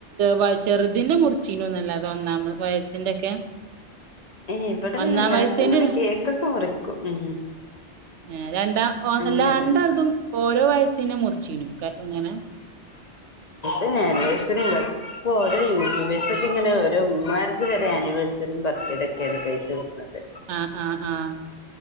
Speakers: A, on the right (about 80°); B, on the left (about 45°).
A: വ ചെറുതിന്റെ മുറിച്ചീനൂന്നല്ലാതെ ഒന്നാമ് വയസ്സിന്റെക്കെ
B: ഏഹ് ഇബടെ
A: ഒന്നാം
B: പിന്നെ എല്ലാരതും
A: വയസ്സിന്റെ
B: ഇങ്ങനെ കേക്കൊക്കെ മുറിക്കും ഉം
A: ഏ രണ്ടാ ഓ
B: അങ്ങനെയൊക്കെ
A: അല്ല രണ്ടാൾതും ഓരോ വയസ്സിനെ മുറിച്ചീനും ക്കെ ഇങ്ങനെ
B: ഉ അനിവഴസറി ല്ലേ ഇപ്പൊ ഓരോ യുട്യൂബ്ർസ് ഒക്കെ ഇങ്ങനെ ഓരോമാ ഇതുവരെ അനിവേഴസറിം ബർത്ത്ഡേ ഒക്കേണ് കഴിച്ചോക്ക്ണത്
A: ആഹ് ആഹ് ആഹ്